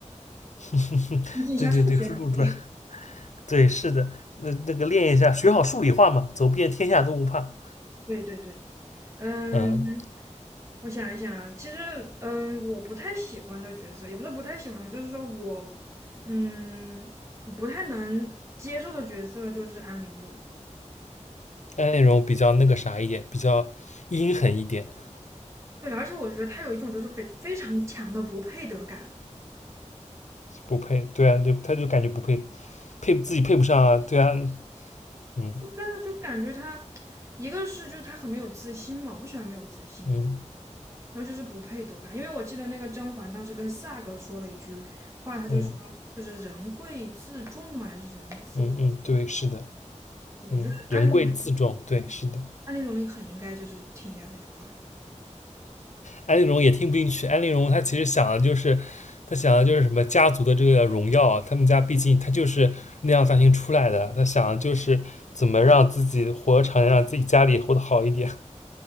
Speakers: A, on the left; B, on the right.
A: <laughs>
B: 增进一下数学能力。
A: 对对对，叔叔转，对，是的，那那个练一下，学好数理化嘛，走遍天下都不怕，
B: <laughs> 对对对，嗯，
A: 嗯，
B: 我想一想啊，其实嗯，我不太喜欢的角色，也不是说不太喜欢吧，就是说我嗯不太能接受的角色就是安陵容。
A: 那那种比较那个啥一点，比较阴狠一点。
B: 对，而且我觉得他有一种就是非非常强的不配得感。
A: 不配，对啊，就他就感觉不配，配自己配不上啊，对啊，嗯
B: 我看着就感觉他，一个是就是他很没有自信嘛，我不喜欢没有自信的，
A: 嗯
B: 然后就是不配得感。因为我记得那个甄嬛当时跟萨哥说了一句话，他就说就是人贵自重嘛，
A: 嗯
B: 还是人自贵自重
A: 嗯嗯，对，是的，
B: 我觉得安陵容
A: 嗯，人贵自重，对，是的。
B: 安陵容很应该就是听一下这句话。
A: 安陵容也听不进去，安陵容她其实想的就是，她想的就是什么家族的这个荣耀啊，他们家毕竟她就是那样大厅出来的，她想的就是怎么让自己活得长一点，让自己家里活得好一点，